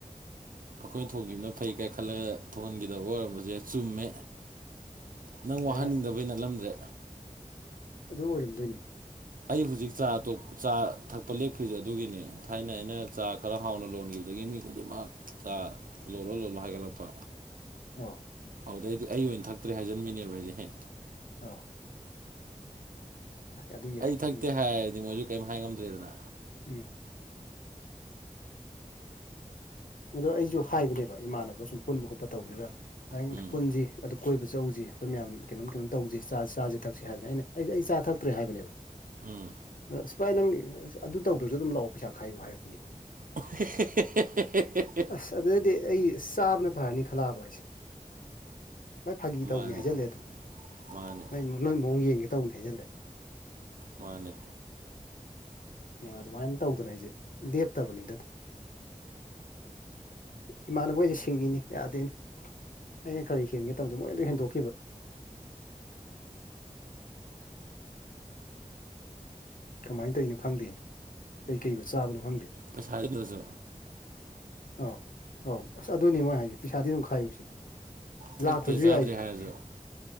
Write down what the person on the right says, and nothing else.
ꯑꯩꯈꯣꯏꯅ ꯊꯣꯡꯈꯤꯕꯅ ꯐꯩ ꯀꯥꯏ ꯈꯜꯂꯒ ꯊꯣꯡꯍꯟꯈꯤꯗꯕ ꯑꯣꯏꯔꯝꯕꯁꯦ ꯆꯨꯝꯃꯦ ꯅꯪ
ꯋꯥꯍꯟꯅꯤꯡꯗꯕꯩ ꯅꯠꯂꯝꯗ꯭ꯔꯦ
ꯑꯩ ꯍꯧꯖꯤꯛ ꯆꯥ ꯆꯥ ꯊꯛꯄ ꯂꯦꯞꯈ꯭ꯔꯤꯁꯦ ꯑꯗꯨꯒꯤꯅꯦ ꯊꯥꯏꯅ ꯑꯩꯅ ꯆꯥ ꯈꯔ ꯍꯥꯎꯅ ꯂꯣꯟꯈꯤꯕꯗꯒꯤ ꯃꯤ ꯈꯨꯗꯤꯡꯃꯛ ꯆꯥ ꯂꯣꯏꯂꯣ ꯂꯣꯜꯂꯣ ꯍꯥꯏꯒꯠꯂꯛꯄ
ꯑꯧꯗꯩꯗꯤ ꯑꯩ ꯑꯣꯏꯅ ꯊꯛꯇ꯭ꯔꯦ ꯍꯥꯏꯖꯟꯕꯤꯅꯦꯕ ꯑꯩꯗꯤ
ꯑꯩ ꯊꯛꯇꯦ
ꯍꯥꯏꯔꯗꯤ ꯃꯣꯏꯖꯨ ꯀꯔꯤꯝ ꯍꯥꯏ ꯉꯝꯗ꯭ꯔꯦꯗꯅ
ꯎꯝ
ꯎꯝ
<unintelligible>
ꯃꯥꯅꯦ
ꯃꯥꯅꯦ
ꯃꯥꯅꯦ
ꯄꯩꯁꯥ ꯂꯩꯇ꯭ꯔꯥꯁꯨ
ꯊꯛꯇꯦ
ꯆꯥꯗ꯭ꯔꯦ
ꯍꯥꯏꯔꯁꯨ